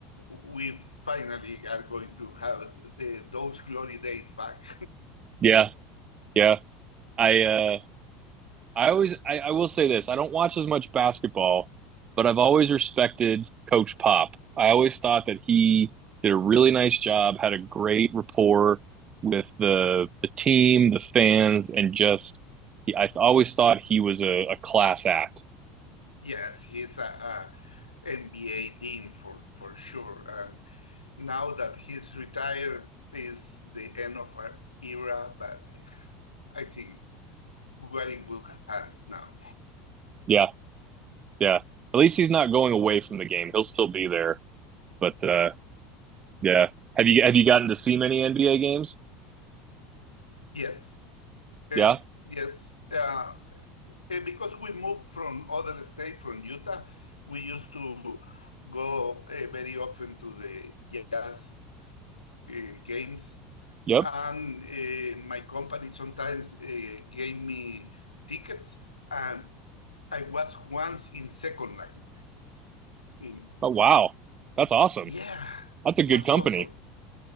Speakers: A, on the left (about 80°); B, on the right (about 25°).
A: We finally are going to have the, those glory days back.
B: Yeah. Yeah. I uh I always I, I will say this. I don't watch as much basketball, but I've always respected Coach Pop. I always thought that he did a really nice job, had a great rapport with the the team, the fans, and just he, I always thought he was a, a class act.
A: <laughs> yes, he's a, NBA dean for, for sure. And now that he's retired is the end of our era, but I think we're in good hands now.
B: Yeah, yeah. At least he's not going away from the game. He'll still be there. But uh yeah. Have you have you gotten to see many NBA games?
A: Yes, eh,
B: Yeah.
A: yes. Uh, And because we moved from other state, from Utah, we used to go uh, very often to the jazz uh, games.
B: Yep.
A: And uh, my company sometimes uh, gave me tickets. And I was once in second line. In,
B: Oh wow. That's awesome.
A: yeah,
B: That's a
A: was
B: good company.
A: awesome.